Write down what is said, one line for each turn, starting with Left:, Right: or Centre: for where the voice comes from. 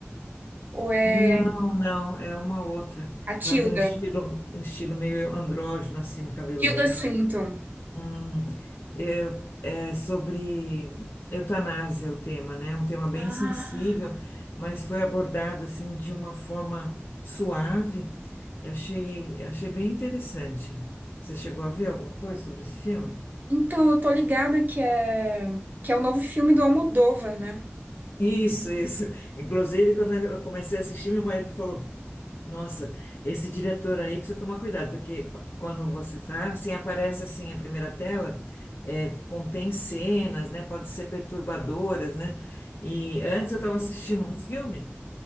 Right: Ou é
Left: Não, não, é uma outra.
Right: a Tilda?
Left: Ela tem um estilo, um estilo meio andrógeno assim no cabelo
Right: Tilda
Left: dela.
Right: Swinton.
Left: Hum. Eu- é sobre eutanásia o tema, né? Um tema bem
Right: Ah.
Left: sensível, mas foi abordado assim de uma forma suave. Eu Achei, achei bem interessante. Você chegou a ver alguma coisa sobre esse filme?
Right: Então, eu tô ligada que é que é o novo filme do Almodóvar, né?
Left: Isso, isso. Inclusive, quando eu comecei a assistir, meu marido falou Nossa, esse diretor aí precisa tomar cuidado, porque pa- quando você está assim, aparece assim a primeira tela, é, contém cenas, né? Pode ser perturbadoras, né? E antes eu estava assistindo um filme,